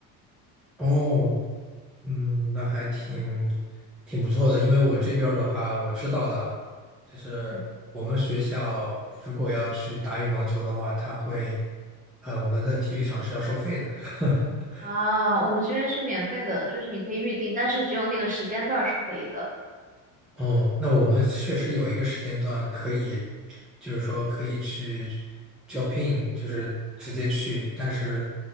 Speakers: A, in the centre; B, on the right.
A: 哦，嗯，那还挺
B: 嗯
A: 挺不错的，因为我这边儿的话，我知道的啊，就是我们学校如果要去打羽毛球的话，
B: 嗯。
A: 它会，呃，我们的体育场是要收费的。<laughs>
B: 啊，我们这边是免费的，就是你可以预定，但是只有那个时间段儿是可以的。
A: 哦，那我们确实有一个时间段可以，就是说可以去 Jopin，就是直接去，但是